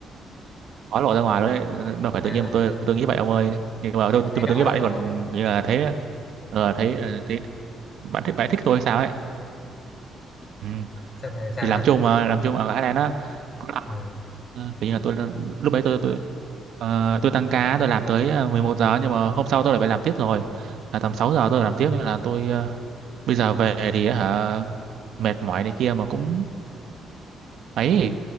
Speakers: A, on the right; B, on the left.
A: có lộ ra ngoài đấy đâu phải tự
B: à
A: nhiên
B: lộ
A: mà tôi
B: là,
A: tôi nghĩ vậy ông ơi nhưng mà
B: là
A: tôi,
B: nhìn thấy
A: tôi
B: rõ
A: mà tôi nghĩ
B: luôn
A: bạn ấy
B: đúng
A: còn
B: không?
A: kiểu như là thấy ờ thấy
B: Ừ.
A: ờ, thấy bạn thích bạn ấy thích tôi hay sao ấy ừ.
B: Xong rồi sao
A: thì làm
B: nữa?
A: chung mà làm chung ở thái lan á có làm
B: Ừ.
A: ờ, kiểu như là tôi lúc đấy tôi tôi ờ, tôi tăng ca tôi làm tới ờ, 11 giờ nhưng mà hôm sau tôi lại phải làm tiếp rồi là tầm 6 giờ tôi phải làm tiếp
B: Ừ.
A: nên là tôi ờ, bây giờ về thì á hả mệt mỏi này kia mà cũng ấy